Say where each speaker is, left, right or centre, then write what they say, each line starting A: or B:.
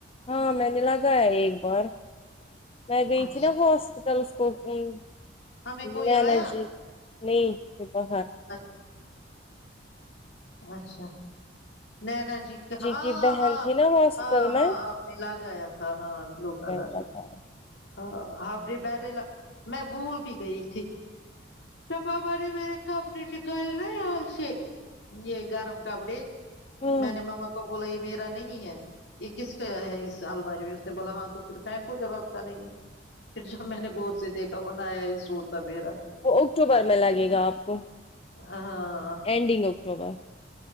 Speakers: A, on the left; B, on the left.
A: ہاں میں نے لگایا ایک بار میں گئی
B: اچھا
A: تھی نہ ہاس ٹیلسکوپنگ
B: ہمیں کوئی
A: نین
B: آیا
A: جی نہیں باہر
B: اچھ اچھا نینا جی کا ہاں
A: کی بہن
B: ہاں
A: تھی نا ہاسٹل
B: ہاں
A: میں
B: ہاں آپ نے لاگایا تھا ہاں بلو کلر
A: اکانٹ
B: ہاں ہاں بڈرلا میں بھول بھی گئی تھی صفا بولری میرے کپڑے نکالے نہ یہاں سے یہ گرم کپڑے
A: ہے۔
B: میں نے مما کو بولا یہ میرا نہیں ہے یہ کس کا ہے اس آلباری میں اس نے بولا ہاں تو پھر پاک ہوکہ رک نہیں ہے پھر جب میں نے غور سے دیکھا وہ نہ آیا ہی سوٹ تھا میرا
A: وہ اکتوبر میں لگے گا آپ کو
B: ہاں
A: اینڈنگ اکٹوبر